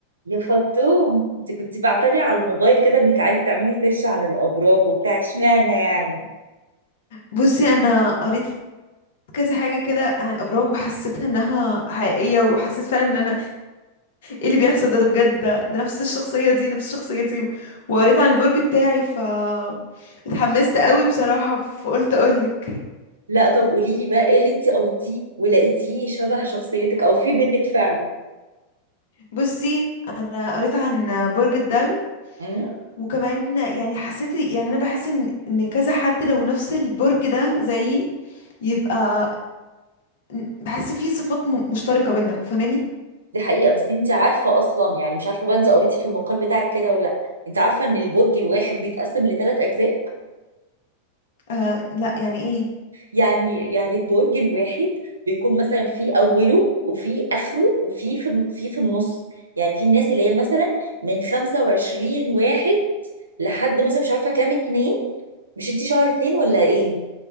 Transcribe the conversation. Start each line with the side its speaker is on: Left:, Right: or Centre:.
Right: يا فطوم انت كنت بعتلي على الموبايل كده انك عايزه تعملي سيرش عن الابراج وبتاع اشمعنى يعني
Left: بصي انا قريت كذا حاجه كده عن الابراج وحسيت انها حقيقيه وحسيت فعلا ان انا ايه اللي بيحصل ده ده بجد ده, ده نفس الشخصيه دي نفس شخصيتي وقريت عن البرج بتاعي ف اتحمست قوي بصراحه فقلت اقولك
Right: لا طب قولي لي بقى ايه اللي انت قريتيه ولقيتيه شبه شخصيتك او في منك فعلا
Left: بصي انا قريت عن برج الدلو
Right: امم
Left: وكمان يعني حسيت يعني انا بحس ان ان كذا حد لو نفس البرج ده زيي يبقى ن- بحس فيه صفات م- مشتركه بينا فاهماني
Right: دي حقيقه بس انت عارفه اصلا يعني مش عارفه بقى انت قريتي في المقال بتاعك كده ولا لا انت عارفه ان البرج الواحد بيتقسم لثلاث اجزاء
Left: آه لا يعني ايه
Right: يعني يعني البرج الواحد بيكون مثلا في اوله وفي اخره وفي في في في النص يعني في الناس اللي هي مثلا من 25 واحد لحد مثلا مش عارفه كام اتنين مش انت شهر اتنين ولا ايه